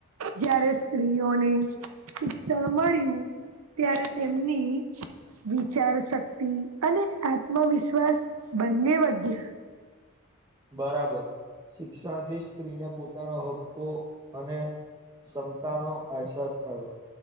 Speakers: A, on the right; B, on the right.
A: જયારે સ્ત્રીઓને શિક્ષણ મળ્યું ત્યારે તેમની વિચાર શક્તિ અને આત્મવિશ્વાસ બંને વધે.
B: બરાબર શિક્ષણ થી સ્ત્રીને પોતાનો હક્કો અને ક્ષમતાનો અહેસાસ થયો.